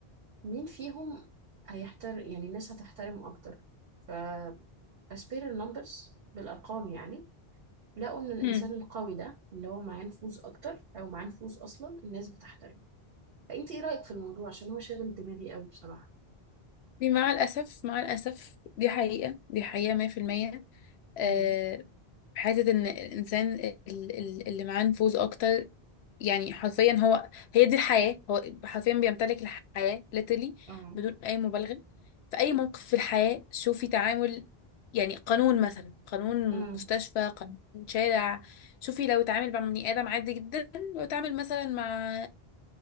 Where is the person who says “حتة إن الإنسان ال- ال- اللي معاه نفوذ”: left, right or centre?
Left